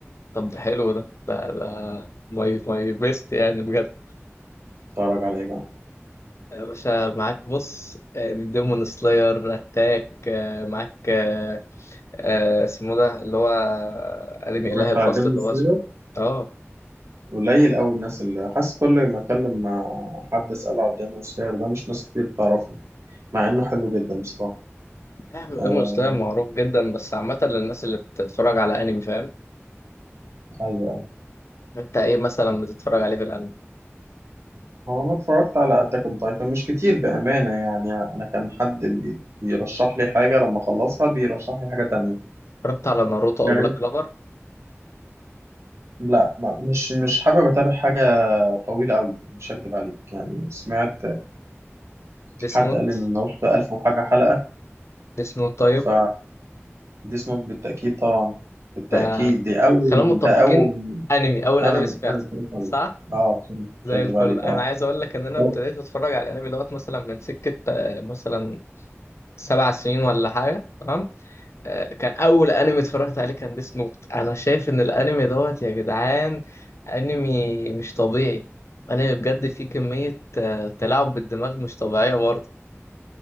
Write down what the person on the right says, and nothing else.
اتفرج على ايه بقى
اتفرجت
على ديمون
سلاير
قليل قوي الناس اللي حاسس كل ما اتكلم مع حد اساله على ديمون سلاير ده مش ناس كتير بتعرفه مع انه حلو جدا بصراحه
آه...
ايوه ايوه
هو انا اتفرجت على اتاك اون تايتن مش كتير بامانه يعني انا كان حد بي... بيرشح لي حاجه لما اخلصها بيرشح لي حاجه تانية
يعني
لا ما مش مش حابب اتابع حاجه طويله قوي مش هكدب عليك يعني سمعت
حد
قال ان الناروتو ده 1000 وحاجه حلقه
ف دي سموك بالتأكيد طبعا بالتأكيد
دي أول
ده أول
أنا
أنا اتفرجت عليه
أه بصراحة
مش هكدب
عليك
أه
هو-